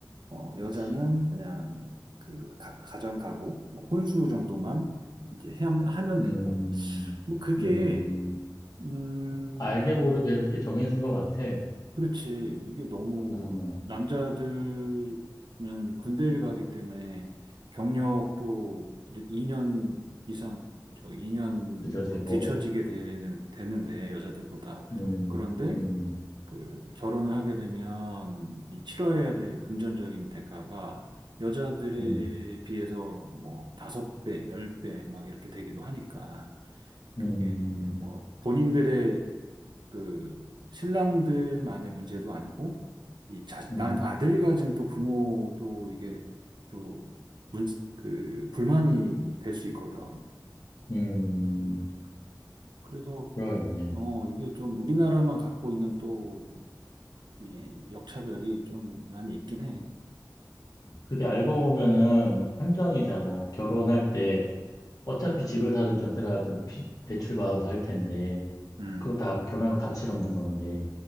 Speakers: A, on the right (about 85°); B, on the left (about 55°).
A: 어,
B: 그치.
A: 여자는 그냥 그 가, 정 가구, 뭐 혼수 정도만 이제 해- 하면
B: 음,
A: 되고, 뭐 그게,
B: 음.
A: 음,
B: 알게 모르게 이렇게 정해진 것 같아.
A: 그렇지. 이게 너무
B: 음,
A: 남자들은 군대를 가기 때문에 경력도 2년 이상, 저 2년
B: 그저
A: 정도
B: 제곱.
A: 뒤처지게 되는, 되는데, 여자들보다.
B: 음,
A: 그런데
B: 음,
A: 그 결혼을 하게 되면 이 치러야 될 금전적인 대가가 여자들에
B: 음,
A: 비해서 뭐 다섯 배, 열 배 막 이렇게 되기도 하니까 그게
B: 음,
A: 뭐 본인들의 그 신랑들만의 문제도 아니고 이 자,
B: 음,
A: 나, 아들 가진 또 부모도 이게 또 문, 그 불만이 될 수 있거든.
B: 음,
A: 음, 그래서
B: 그러겠네.
A: 어 이게 좀 우리나라만 갖고 있는 또 이 역차별이 좀 많이 있긴 해.
B: 그게 알고 보면은 한정이잖아. 결혼할 때 어차피 집을 사든 전세를 하든 피- 대출받아서 할 텐데,
A: 음,
B: 그거 다 결혼하면 같이 갚는 건데,